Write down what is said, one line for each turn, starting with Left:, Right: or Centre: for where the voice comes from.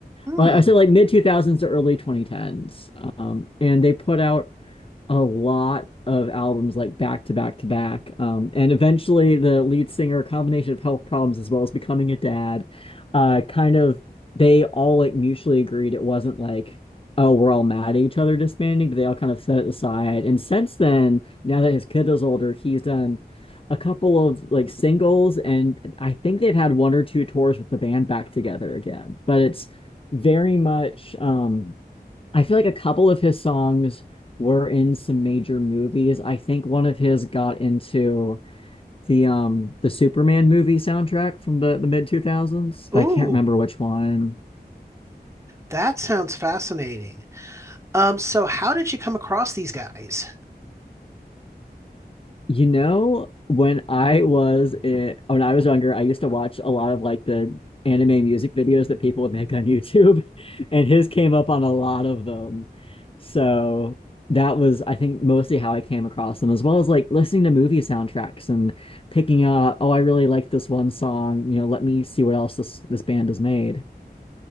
Right: Hmm.
Left: Well, I said like mid 2000s to early 2010s. Um, and they put out a lot of albums like back to back to back. Um, and eventually, the lead singer, a combination of health problems as well as becoming a dad, uh, kind of they all like mutually agreed it wasn't like, oh, we're all mad at each other disbanding, but they all kind of set it aside. And since then, now that his kid is older, he's done a couple of like singles, and I think they've had one or two tours with the band back together again. But it's very much um I feel like a couple of his songs were in some major movies. I think one of his got into the um the Superman movie soundtrack from the the mid 2000s,
Right: Ooh,
Left: but I can't remember which one.
Right: that sounds fascinating. Um, so how did you come across these guys?
Left: You know, when I was uh when I was younger, I used to watch a lot of like the anime music videos that people would make on YouTube, <laughs> and his came up on a lot of them. So that was, I think, mostly how I came across them, as well as like listening to movie soundtracks and picking out, oh, I really like this one song. You know, let me see what else this this band has made.